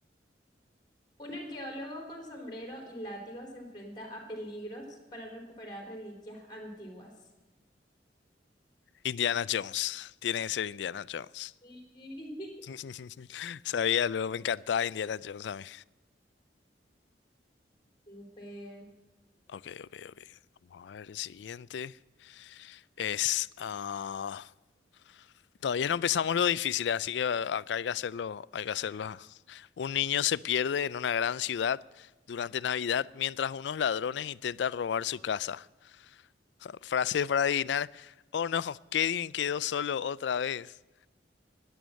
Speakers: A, on the left; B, on the left.
A: Un arqueólogo con sombrero y látigo se enfrenta a peligros para recuperar reliquias antiguas.
B: Indiana Jones. Tiene que ser Indiana Jones.
A: Sí, <laughs>
B: <laughs> Sabía, luego me encantaba Indiana Jones a mí.
A: Súper.
B: Ok, ok, ok. Vamos a ver el siguiente. Es. ah, Todavía no empezamos lo difícil, así que ah, acá hay que hacerlo. Hay que hacerlo. Un niño se pierde en una gran ciudad durante Navidad mientras unos ladrones intentan robar su casa. <laughs> Frase para adivinar. Oh no, Kevin quedó solo otra vez.